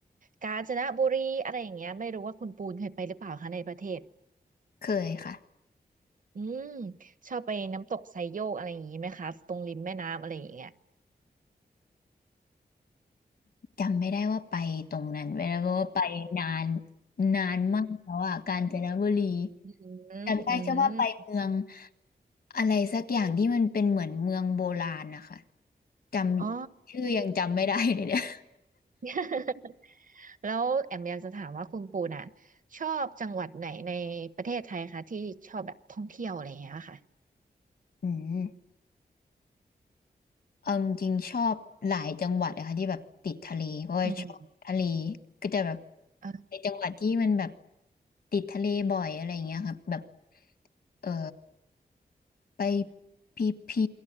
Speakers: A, on the right; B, on the left.
A: กาญจนบุรีอะไรอย่างเงี้ยไม่รู้ว่าคุณปูนเคยไปหรือเปล่าคะในประเทศ
B: เคยค่ะ
A: อืมชอบไปน้ำตกไซโยกอะไรอย่างงี้ไหมคะตรงริมแม่น้ำอะไรอย่างเงี้ย
B: จำไม่ได้ว่าไปตรงนั้นไปแล้วเพราะว่าไปนานนานมากแล้วอ่ะกาญจนบุรี
A: อืมอืม
B: จำได้แค่ว่าไปเมืองอะไรสักอย่างที่มันเป็นเหมือนเมืองโบราณนะคะจำชื่อยังจำไม่ได้เลยเนี่ย
A: อ๋อ <laughs> แล้วแอมอยากจะถามว่าคุณปูน่ะชอบจังหวัดไหนในประเทศไทยคะที่ชอบแบบท่องเที่ยวอะไรอย่างเงี้ยค่ะ
B: อืมเอาจริงๆชอบหลายจังหวัดนะคะที่แบบติดทะเลเพราะว่าชอบทะเล
A: อืม
B: ก็จะแบบ
A: อ่า
B: ในจังหวัดที่มันแบบติดทะเลบ่อยอะไรอย่างเงี้ยครับแบบเออ ไปพีพี